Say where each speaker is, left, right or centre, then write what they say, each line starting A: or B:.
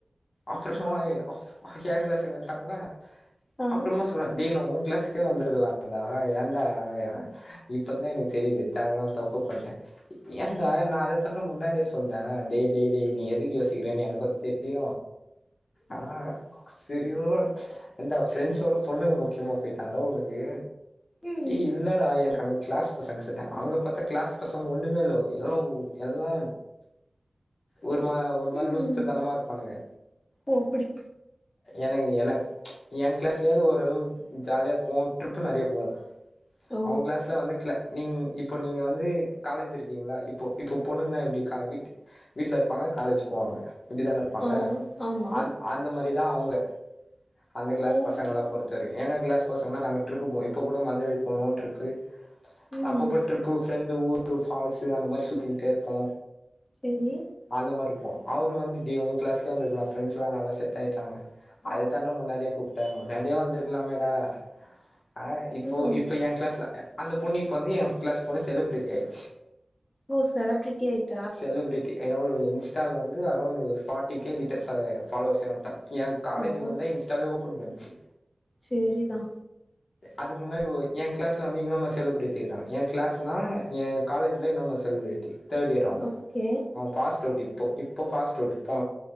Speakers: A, on the left (about 80°); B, on the left (about 35°).
A: அப்புறமா அப் என் கிளாஸ்கு வன்டாங்களா
B: ஆ
A: அப்புறமா சொல்லறாங் தீன் நா உ கிளாஸ்கே வந்துருக்கலான்டா ஏன்டா எ இப்ப தா எனக்கு தெரியுது தேவ இல்லாம தப்பு பண்ட ஏன்டா நா அத தான்டா முன்னாடியே சொன்ன டேய் டேய் டேய் நீ எதுக்கு யோசிக்கிறன் எனக்கு தெரியு ஆ செரியோ ஏன்டா ஃப்ரெண்ட்ஸோட பொண்ணுங்க முக்கியமா போயிட்டாங்களா உனக்கு
B: ம்
A: ஏய் இல்லடா எனக்கு அங்க கிளாஸ் பசங்க செட்ட அவுங்க பாத்தா கிளாஸ் பசங் ஒண்ணுமே இல்ல எல்லா உ எல்லா ஒரு மா ஒரு மாரி
B: ம்
A: லூசு தனமா இருப்பானுங்க
B: ஓ அப்டி
A: எனக்கு எனக் எ கிளாஸ்லயாவது ஓரளவு ஜாலியா போவோ ட்ரிப்பு நெறைய போவோ
B: ஓ
A: அவுங்க கிளாஸ்ல வந்து நீங் இப்ப நீங்க வந்து காலேஜ் இருக்கீங்களா இப்போ இப்போ பொண்ணுங்கன்னா எப்டி வீட்டு வீட்ல இருப்பாங்க காலேஜ் போவாங்க இப்டி தான இருப்பாங்க
B: ஆ ஆமா
A: அந் அந்த மாறி தா அவுங்க அந்த கிளாஸ்
B: ஓ
A: பசங்கள
B: அப்டி
A: பொறுத் தவரைக் எங்க கிளாஸ் பசங்களா நாங்க டிரிப் போவோ இப்ப கூட மதுரை போனோ டிரிப்பு
B: ம்
A: அப்பப்ப டிரிப் பு ஃப்ரெண்டு ஊரு பால்ஸூ அந்த மாறி சுத்திக்கிட்டே இருப்போ
B: சேரி
A: அந்த மாறி இருப்போ அவரு வந்து டே உங்க கிளாஸ்ஸு எங்களுக்லா ஃப்ரெண்ட்ஸ்ல்லா நல்லா செட் ஆயிட்டாங்க அதுதான்டா முன்னாடியே கூப்ட்ட முன்னாடியே வந்திருக்கலாமேடா ஆ இப்போ
B: ம்
A: இப்ப எ கிளாஸ்ல அந்த பொண்ணு வந்து எ கிளாஸ் போல செலிப்பிரிட்டி ஆயிட்டு
B: ஓ செலபிரிட்டி ஆயிட்
A: செலிபிரிட்டி எவ்ளோ இன்ஸ்டால வந்து அரௌண்ட் ஒரு ஃபார்ட்டி கே கிட்ட ச ஃபாலோஸ்சே வந்துட்டா எ காலேஜுக்கு
B: ஓ
A: வந்துதா இன்ஸ்டாவே ஓப்பன் பண்ணுச்சு
B: சேரிதா
A: அதுக்கு முன்னாடி எ கிளாஸ்ல வந்து இன்னொன்னு செலிபிரிட்டி இருக்காங்க எ கிளாஸ்னா எ காலேஜில இன்னொன்னு செலிபிரிட்டி தேர்ட் இயர் அவுங்க
B: ஓகே
A: அவ பாஸ்ட் அவுட் இப்போ இப்போ பாஸ்டு அவுட் இப்போ